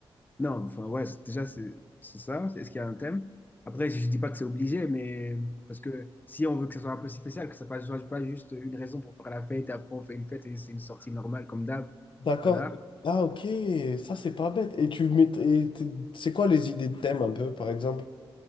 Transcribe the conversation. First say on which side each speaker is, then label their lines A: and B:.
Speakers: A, on the left; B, on the left.
A: Non, enfin, ouais, c'est- déjà, c'est c'est ça. Est-ce qu'il y a un thème? Après, je je dis pas que c'est obligé, mais parce que si on veut que ça soit un peu si spécial, que ça ne soit pas juste une raison pour faire la fête et après on fait une fête et c'est une sortie normale comme d'hab.
B: D'accord.
A: Voilà.
B: Ah, ok, ça, c'est pas bête. Et tu mets... et t'es- C'est quoi les idées de thème un peu, par exemple?